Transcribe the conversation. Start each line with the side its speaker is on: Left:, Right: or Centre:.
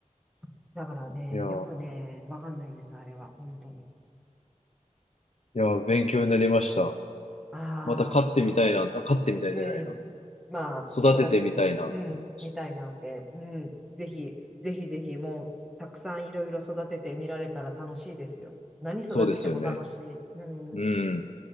Centre: う。だからね、
Left: え。いや、
Centre: よくね、わかんないです、あれは、本当に。
Left: いや、勉強になりました。
Centre: ああ、
Left: また飼ってみたいな、あ、飼ってみたいじゃないな。
Centre: うん。まあ、
Left: 育ててみたいなって思いました。
Centre: 育てて、うん、みたいなって、うん。ぜひ、ぜひぜひ、もう、たくさんいろいろ育ててみられたら楽しいですよ。何育てても楽しい。
Left: そうですよね。
Centre: うん。
Left: うん。